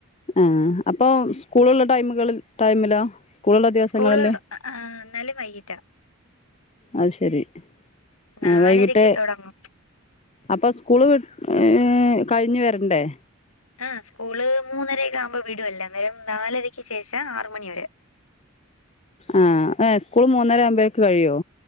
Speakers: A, on the left; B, on the left.
A: ആന് അപ്പൊ സ്കൂളുള്ള ടൈമുകള് ടൈമിലോ സ്കൂള് ള്ള ദിവസങ്ങളില്
B: സ്കൂളിൽ എന്നാലും വൈകീട്ടാ
A: അത് ശരി
B: നാലരക്ക്
A: ആ വൈകീട്ട്
B: തുടങ്ങും
A: അപ്പൊ സ്കൂള് വി ഏ കഴിഞ്ഞു വരണ്ടേ
B: ആഹ് സ്കൂള് മൂന്നരയെക്കെ ആവുമ്പോ വിടൊല്ല അന്നേരം നാലരക്ക് ശേഷം ആറ് മണിവരെ.
A: ആഹ് ഏ സ്കൂൾ മൂന്നര ആവുമ്പഴേക്ക് കഴിയോ